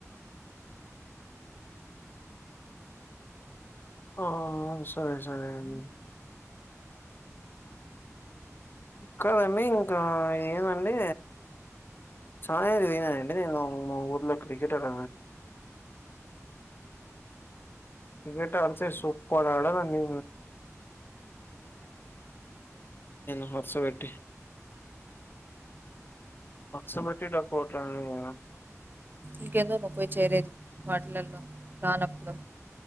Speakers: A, on the left; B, on the right.
A: ఆ సరే సరే అండి కాదండి ఇంకా ఏమండి చాది విననండి నేను మా ఊర్లో క్రికెట్ <inaudible> క్రికెట్ అడితే సూపర్ అడన్నీ <inaudible> పచ్చ బట్టి డకోటా అండి నేను
B: ఇంకెందొ నువ్ పోయి చేరేది వాటిలల్లో రానప్పుడు